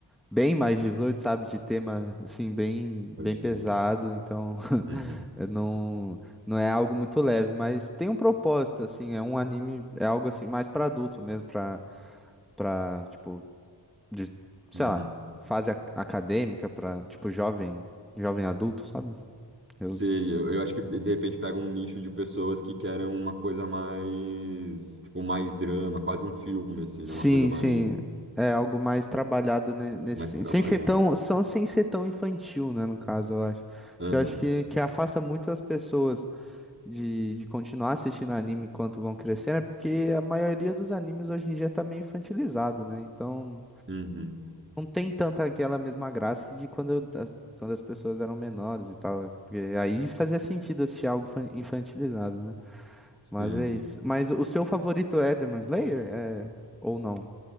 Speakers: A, in the centre; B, on the right.
A: bem mais dezoito sabe? De tema assim bem
B: pode
A: bem pesado,
B: crer.
A: então <laughs>
B: Uhum.
A: eu não não é algo muito leve, mas tem um propósito assim, é um anime, é algo assim mais para adulto mesmo, para para tipo de, sei
B: Uhum.
A: lá, fase ac- acadêmica para tipo jovem, jovem adulto, sabe? Eu
B: Sim, eu, eu acho que de repente pega um nicho de pessoas que querem uma coisa mais, tipo, mais drama, quase um filme, assim,
A: Sim,
B: né? Uma coisa mais,
A: sim. É algo mais trabalhado ne- nesse
B: mais
A: sen-
B: trabalhada.
A: sem ser tão, são sem ser tão infantil, né, no caso, eu acho.
B: Aham,
A: Que eu acho que que afasta muito as pessoas de, de continuar assistindo anime enquanto vão crescendo, é porque a maioria dos animes hoje em dia tá meio infantilizado, né? Então
B: uhum,
A: não tem tanta aquela mesma graça que de quando as, quando as pessoas eram menores e tal. Porque aí fazia sentido assistir algo fan- infantilizado, né?
B: Sim.
A: Mas é isso. Mas o seu favorito é Demon Slayer? É... Ou não?